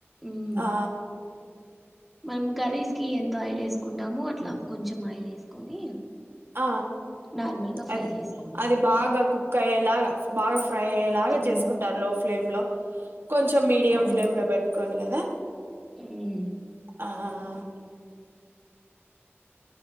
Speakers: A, in the centre; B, on the right (about 55°).
A: మ్మ్.
B: ఆ
A: మనం కర్రీస్ కి ఎంత ఆయిల్ వేసుకుంటామో అట్లా కొంచెం ఆయిల్ వేసుకొని
B: ఆ
A: నార్మల్ గా ఫ్రై
B: అదే
A: చేసుకుంటాం
B: అది బాగా కు కుక్ అయ్యేలాగా బాగా ఫ్రై అయ్యేలాగా
A: అవును
B: చేసుకుంటారు లో ఫ్లేమ్ లో కొంచెం మీడియం
A: అవును
B: ఫ్లేమ్ లో పెట్టుకోండి కదా
A: మ్మ్.
B: ఆహ
A: అవును